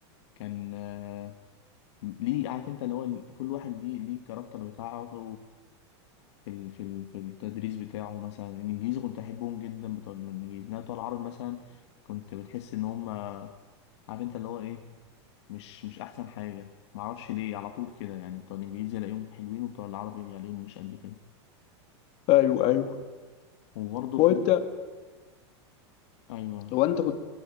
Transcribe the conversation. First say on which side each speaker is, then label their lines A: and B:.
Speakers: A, on the left; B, on the left.
A: كان آه، ليه عارف انت اللي هو ال- كل واحد ليه ليه الكاركتر بتاعه في ال- في ال- في التدريس بتاعه مثلا الانجليزي كنت احبهم جدا بتوع الانجليزي انما بتوع العربي مثلا كنت بتحس ان هم عارف انت اللي هو ايه مش مش احسن حاجه معرفش ليه على طول كده يعني بتوع الانجليزي الاقيهم حلوين وبتوع العربي الاقيهم مش قد كده
B: ايوه ايوه
A: وبرضه
B: وانت
A: في نفس ايوه
B: هو انت كنت